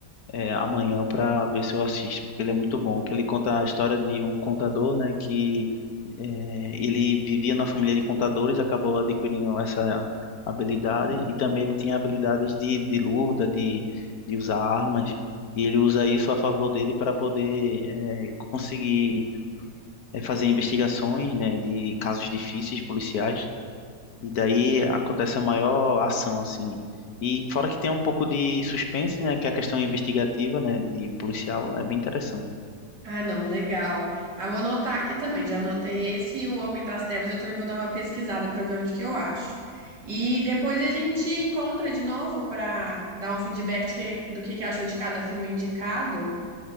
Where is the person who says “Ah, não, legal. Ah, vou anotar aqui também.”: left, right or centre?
Right